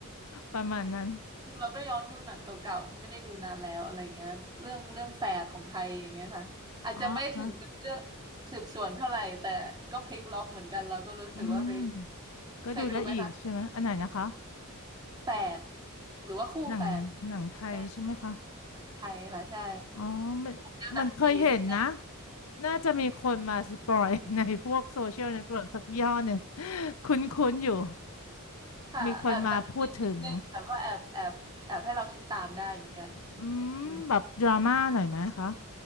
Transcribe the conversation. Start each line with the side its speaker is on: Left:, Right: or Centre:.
Left: ประมาณนั้น
Right: เราก็ย้อนดูหนังเก่าๆที่ไม่ได้ดูนานแล้วอะไรเงี้ยเรื่องเรื่องแฝดของไทยอย่างเงี้ยค่ะอาจจะไม่ถึงกับเรื่อง
Left: อ๋อค่ะ
Right: สืบสวนเท่าไหร่แต่ก็พลิกล็อกเหมือนกันเราก็รู้สึกว่าเฮ้ย
Left: อืมก็ดูได้อีกใช่ไหมอันไหนนะคะ
Right: เคยดูไหมคะแฝดหรือว่าคู่แฝด
Left: หนังหนังไทยใช่ไหมคะ
Right: ก็ได้ไทยค่ะใช่
Left: อ๋อมันมันเคยเห็นนะ
Right: หนังผีนิดนึง
Left: น่าจะมีคนมาสปอย <laughs> ในพวกโซเชียลเน็ตเวิร์กสักย่อหนึ่ง <laughs> คุ้นๆอยู่
Right: <laughs> ค่ะแอบหนังผีนิดนึงแต่ว่าแอบแอบแอบให้เราคิดตามได้เหมือนกัน
Left: มีคนมาพูดถึง อืม
Right: อืม
Left: แบบดราม่าหน่อยไหมคะ